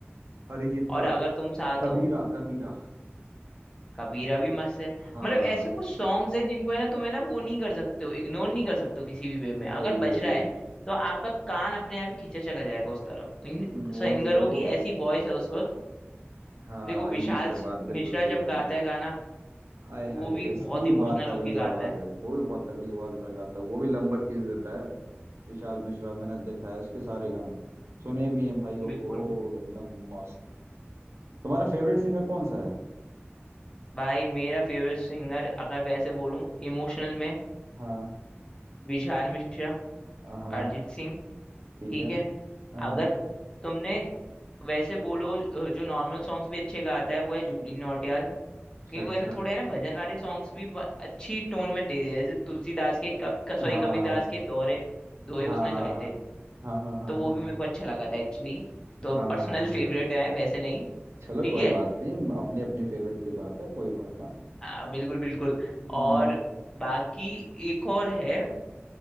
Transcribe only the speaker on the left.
और
अगर तुम साथ
हो
कबीरा भी मस्त है
मतलब ऐसे कुछ सॉन्ग्स है जिनको है ना तुम है ना वो नहीं कर सकते हो इग्नोर नहीं कर सकते हो किसी भी वे में अगर
बज
रहा है तो आपका कान अपने आप ही खींचा चला जाएगा उस तरफ इन सिंगरों
की ऐसी वॉइस है उस वक्त
देखो विशाल
मिश्रा
जब
गाता है गाना
वो
भी बहुत
इमोशनल
होके गाता
है
बिल्कुल
भाई मेरा फेवरेट सिंगर अगर वैसे बोलूं इमोशनल में
विशाल मिश्रा
अरिजीत सिंह
ठीक
है
अगर तुमने वैसे बोलो अ, जो नॉर्मल सॉन्ग्स भी अच्छे गाता है वो है जुबली नौटियाल
क्योंकि
वो है ना थोड़े है ना भजन वाले सॉन्ग्स भी म- अच्छी टोन में दे देते हैं जैसे तुलसीदास के क- क- सॉरी
कबीरदास के दोहरे दोहे
उसने गाए थे
तो
वो भी मेरे को अच्छा लगा था एक्चुअली तो
पर्सनल फेवरेट <laughs> है वैसे नहीं
ठीक
है
आ, बिल्कुल बिल्कुल
और बाकी एक और है